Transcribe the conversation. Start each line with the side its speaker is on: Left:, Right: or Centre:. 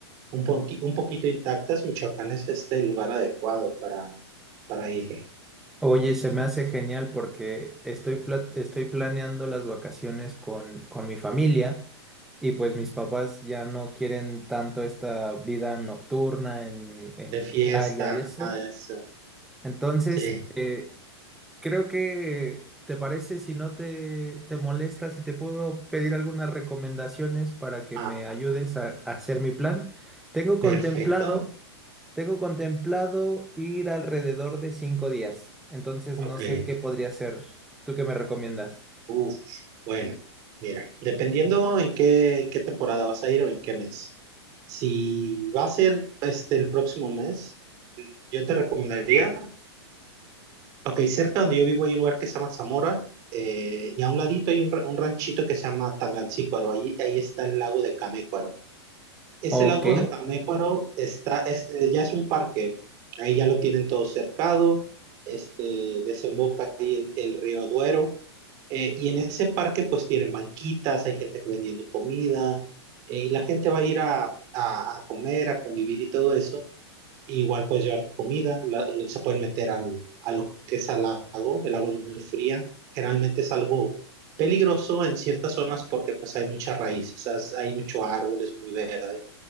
Right: un, poqui- un poquito intactas, Michoacán es este lugar adecuado para, para ir
Centre: Oye, se me hace genial porque estoy, pla- estoy planeando las vacaciones con, con mi familia y pues mis papás ya no quieren tanto esta vida nocturna en, en
Right: de fiesta,
Centre: playa y eso.
Right: nada de eso.
Centre: Entonces,
Right: Sí.
Centre: eh, creo que, ¿te parece si no te, te molesta, si te puedo pedir algunas recomendaciones para que
Right: Ah,
Centre: me ayudes a a hacer mi plan? Tengo
Right: perfecto.
Centre: contemplado... Tengo contemplado ir alrededor de cinco días, entonces
Right: Ok.
Centre: no sé qué podría hacer. ¿Tú qué me recomiendas?
Right: Uf, bueno, mira, dependiendo en qué, en qué temporada vas a ir o en qué mes. Si va a ser este el próximo mes, yo te recomendaría, ok, cerca donde yo vivo hay un lugar que se llama Zamora. eh, y a un ladito hay un, ra- un ranchito que se llama Tangancícuaro. Ahí, ahí está el lago de Camécuaro. Ese
Centre: Ok.
Right: lago de Caméparo está, es, eh, ya es un parque, ahí ya lo tienen todo cercado, este, desemboca ahí el, el río Duero, eh, y en ese parque pues tienen banquitas, hay gente vendiendo comida, eh, y la gente va a ir a, a- a comer, a convivir y todo eso, igual puedes llevar tu comida, la- lo- se pueden meter al, a lo que es al lago, el agua es muy fría, generalmente es algo peligroso en ciertas zonas porque pues hay mucha raíz, o sea, es- hay mucho árbol, es muy verde,